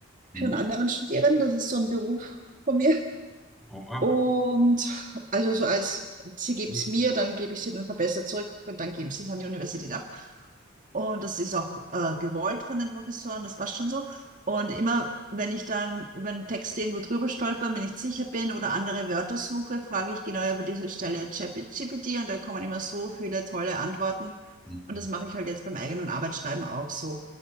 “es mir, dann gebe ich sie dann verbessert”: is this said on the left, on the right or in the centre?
Right